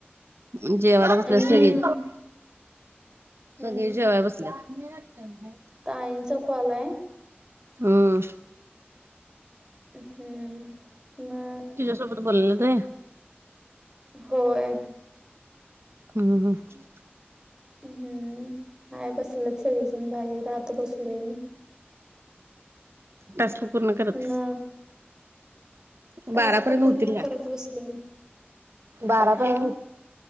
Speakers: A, on the right; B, on the right.
A: उम्म, जेवायला बसल्यात
B: हम्म
A: सगळे.
B: हम्म.
A: सगळे जेवाय बस <unintelligible>
B: ताईंचा कॉल आहे.
A: हम्म
B: हम्म मग
A: तिज्या सोबत बोलल्यात व्हय.
B: होय
A: हम्म हम्म हम्म
B: हम्म, हाय बसल्यात सगळी जण बाहेर. आत बसलोय मी.
A: टास्क पूर्ण करत.
B: मग
A: बारापर्यंत
B: टास्क पूर्ण
A: होतील का?
B: करत बसले मी.
A: बारापर्यंत
B: आ
A: हो